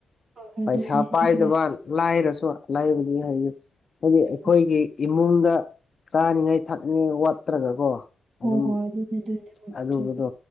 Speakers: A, on the right (about 50°); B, on the left (about 35°).
A: ꯍꯣꯏ ꯍꯣꯏ
B: ꯄꯩꯁꯥ
A: ꯑꯗꯨꯅꯦ
B: ꯄꯥꯏꯗꯕ
A: ꯅꯪꯒ
B: ꯂꯥꯢꯔꯁꯨ ꯂꯩꯥꯕꯗꯤ ꯍꯥꯏ ꯍꯥꯏꯗꯤ
A: ꯎꯝ
B: ꯑꯩꯈꯣꯏꯒꯤ ꯏꯃꯨꯡꯗ ꯆꯥꯅꯤꯡꯉꯥꯏ ꯊꯛꯅꯤꯡꯉꯥꯏ ꯋꯥꯠꯇ꯭ꯔꯒꯀꯣ
A: ꯍꯣꯏ
B: ꯑꯗꯨꯝ
A: ꯍꯣꯏ ꯑꯗꯨꯅꯦ ꯑꯗꯨꯅꯦ ꯍꯣꯏ
B: ꯑꯗꯨꯕꯨꯗꯣ
A: ꯆꯨꯝꯃꯦ